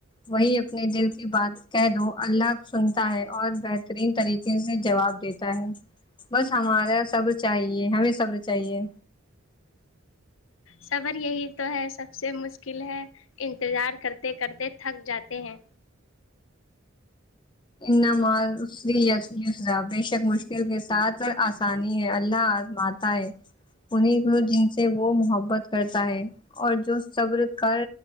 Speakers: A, on the left; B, on the left.
A: وہی اپنے دل کی بات کہہ دو اللہ کو سنتا ہے اور بہترین طریقے سے جواب دیتا تاہے بس ہمارا سب چاہیے ہمیں صبر چاہیے
B: صر یہی تو ہے سب سے مشکل ہے انتظار کرتے کرتے تھک جاتے ہیں
A: ان مع العسر یسرا بے شک مشکل کے ساتھ اسانی ہے اللہ ازماتا ہے تا ہے انیں جن سے وہ محبت کرتا ہے اور جو سبر کار